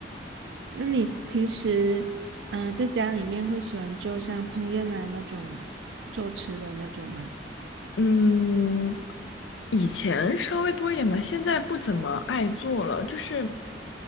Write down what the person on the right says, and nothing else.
那你平时嗯、呃在家里面会喜欢做像烹饪啊那种做吃的那种吗？